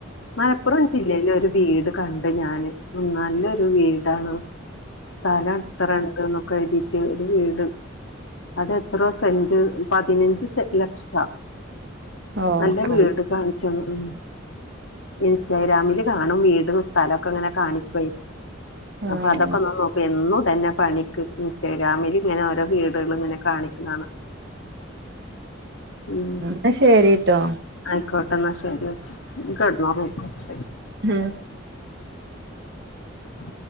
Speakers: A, on the left; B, on the right.
A: മലപ്പുറം ജില്ലയില ഒരു വീട് കണ്ട് ഞാന് നല്ലൊരു വീടാണ് സ്ഥലം അത്ര ഇണ്ട്ന്നും ക്കെഴ്തീട്ട് ഒരു വീട് അത് എത്രോ സെന്റ് പതിനഞ്ച് സെ ലക്ഷ
B: ഓ
A: നല്ല
B: ഓ
A: വീട് കാണിച്ചെന്ന് ഉം ഇൻസ്റ്റാഗ്രാമില് കാണും വീടും സ്ഥലൊക്കെ ഇങ്ങനെ കാണിക്കും
B: ആഹ്
A: അപ്പൊ അതൊക്കൊന്ന് നോ എന്നും ഇതെന്നെ പണി ക്ക് ഇൻസ്റ്റഗ്രാമില് ഇങ്ങനെ ഓരോ വീടേള് ഇങ്ങനെ കാണിക്ക്ന്ന കാണാ ഉം
B: ഇന്നാ ശെരി ട്ടോ
A: ആയിക്കോട്ടെ ഇന്നാ ശെരി വെച്ച് ഇനി കെടന്നോറ്ങ്ങിക്കോ ശെ
B: ഉം
A: ഉ